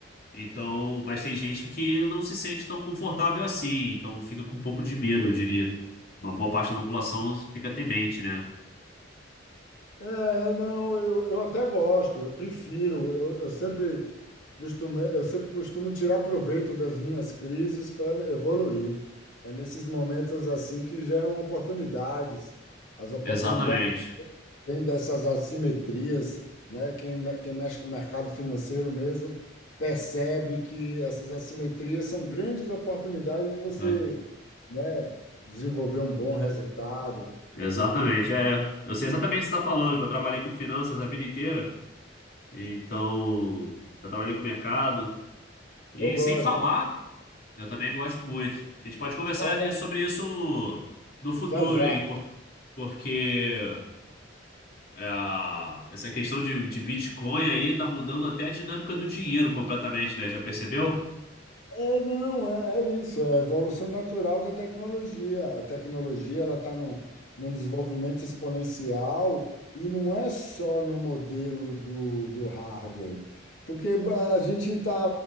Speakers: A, on the left; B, on the left.
A: Então, mas tem gente que não se sente tão confortável assim, então fica com um pouco de medo, eu diria. Uma boa parte da população fica temente, né?
B: É, não, eu, eu até gosto, eu prefiro, eu, eu sempre costumo, eu sempre costumo tirar proveito das minhas crises para evoluir. É nesses momentos assim que geram oportunidades. As oportunidades.
A: Exatamente.
B: Vem dessas assimetrias, né? Quem, me- quem mexe com o mercado financeiro mesmo percebe que essas assimetrias são grandes oportunidades de você,
A: né?
B: né, desenvolver um bom resultado.
A: Exatamente,
B: E, e
A: é. Eu sei exatamente o que você está falando, que eu trabalhei com finanças a vida inteira, então já trabalhei com mercado. E
B: eu gosto.
A: sem falar Eu também gosto muito. A gente pode conversar
B: Vamos,
A: ni- sobre isso no futuro,
B: já já.
A: hein? Por- porque é, essa questão de, de Bitcoin aí tá mudando até a dinâmica do dinheiro completamente, né? Já percebeu?
B: É, não, é, é isso, é a evolução natural da tecnologia. A tecnologia ela está num, num desenvolvimento exponencial e não é só no modelo do, do hardware, porque ba, a gente está,